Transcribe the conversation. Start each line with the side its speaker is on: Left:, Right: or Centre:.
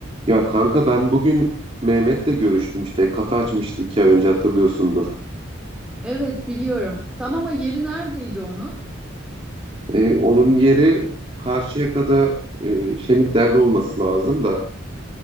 Right: Ya kanka ben bugün Mehmet'le görüştüm işte kafe açmıştı iki ay önce hatırlıyorsundur.
Centre: Evet biliyorum. Tam ama yeri neredeydi onu?
Right: Ee, onun yeri Karşıyaka'da e, Şemikler'de olması lazım da